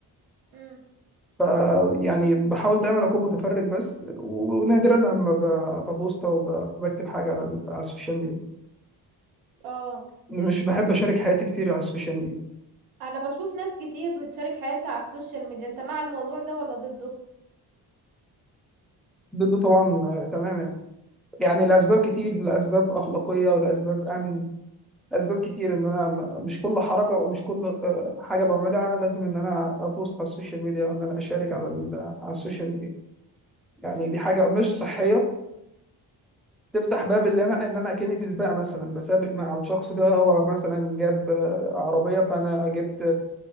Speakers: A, on the right; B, in the centre.
A: امم
B: ف يعني بحاول دايما اكون متفرج بس و- ونادرا لما ب- ببوست او ب- بكتب حاجه على ال- على السوشيال ميديا
A: اه
B: مش بحب اشارك حياتي كتير على السوشيال ميديا
A: انا بشوف ناس كتير بتشارك حياتها على السوشيال ميديا انت مع الموضوع ده ولا ضده
B: ضده طبعا آه، تماما يعني لاسباب كتير لاسباب اخلاقيه ولاسباب امن اسباب كتير ان انا م- مش كل حركه او مش كل آه، حاجه بعملها لازم ان انا ابوست على السوشيال ميديا او ان انا اشارك على ال- على السوشيال ميديا يعني
A: امم
B: دي حاجه مش صحيه تفتح باب اللي انا ان انا اكني في سباق مثلا بسابق مع الشخص ده هو مثلا جاب آه، عربيه فانا جبت